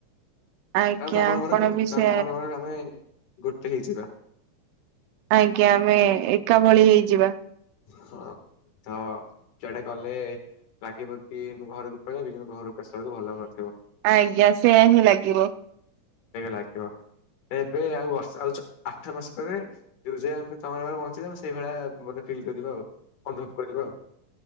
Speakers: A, on the right; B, on the left.
A: ଆଜ୍ଞା
B: ତା ତମର
A: ଆପଣ
B: ମୋର
A: ବି ସେ
B: ତମେ ଆମେ ଗୋଟେ ହେଇଯିବା।
A: ଆଜ୍ଞା ଆମେ ଏକା ଭଳି ହେଇଯିବା।
B: ହଁ। ତ ଯୁଆଡେ ଗଲେ ଲାଗିବ କି ମୁଁ ଘରକୁ ପଳେଇବି କିନ୍ତୁ ଘରକୁ ଭଲ ନଥିବ
A: ଆଜ୍ଞା ସେୟା ହିଁ ଲାଗିବ
B: ଲାଗିବ। ଏବେ ଆଉ ବର୍ଷ ଆଉ ଆଠ ମାସ ପରେ ଯ ଆମେ ତମରରେ ବଞ୍ଚି ଆମେ ସେଇ ଭଳି ମାନେ ଫିଲ୍ କରିବା ଆଉ ଅନୁଭବ କରିବା ଆଉ।